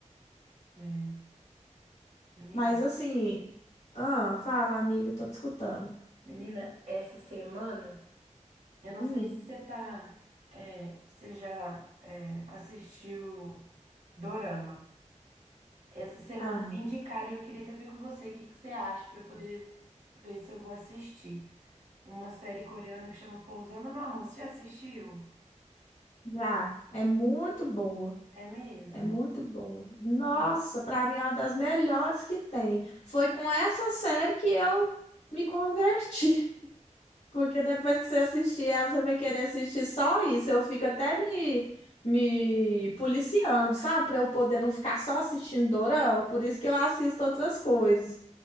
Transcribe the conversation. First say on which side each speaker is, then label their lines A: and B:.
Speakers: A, on the right; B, on the left.
A: é. Menina,
B: Mas assim, ah, fala, amiga, tô te escutando.
A: menina, essa semana. Eu não
B: Hum,
A: sei se você tá, é, você já é, assistiu Dorama. Essa semana
B: ai,
A: me indicaram e eu queria até ver com você o que que você acha para eu poder ver se eu vou assistir. Uma série coreana que chama Pousando no Amor. Você já assistiu?
B: já. É muito boa.
A: É mesmo?
B: É muito boa. Nossa,
A: Então vou.
B: para mim é uma das melhores que tem. Foi com essa série que eu me converti, <laughs> porque depois que você assistir ela, você vai querer assistir só isso. Eu fico até me me policiando, sabe? Para eu poder não ficar só assistindo dorama, por isso que eu assisto outras coisas.